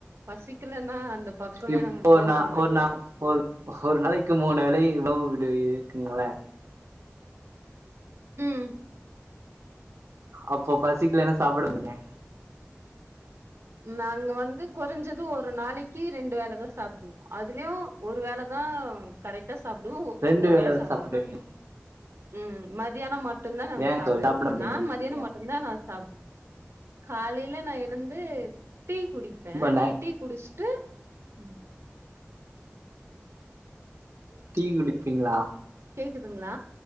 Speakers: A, on the right; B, on the right.
A: பசிக்கலன்னா அந்த பக்கமே
B: இப்போ
A: நம்ம போக
B: நா
A: மாட்
B: ஒரு நா ஒரு ஒரு நாளைக்கு மூணு வேல உணவு விடுவி இருக்குங்கலா
A: ம்
B: அப்போ பசிக்கலனா சாப்டாத்திங்க
A: நாங்க வந்து கொறஞ்சது ஒரு நாளைக்கு ரெண்டு வேலைதா சாப்டுவோ அதுலயும் ஒரு வேலதா கரெக்டா சாப்டுவோ
B: ரெண்டு
A: ஒரு வேல சாப்பிட
B: சாப்டுவீங்க
A: மாட்டோ ம் மதியானம் மட்டும்தா நாங்க
B: ஏன்
A: சாப்டுவோ
B: தோழி சாப்ட மாட்டீங்களா
A: நா மதியான மட்டுதா நா சாப் காலையில நா எழுந்து டீ குடிப்ப
B: ரொம்ப நை
A: டீ குடிச்சுட்டு ம்
B: டீ குடிப்பீங்களா
A: கேக்குதுங்களா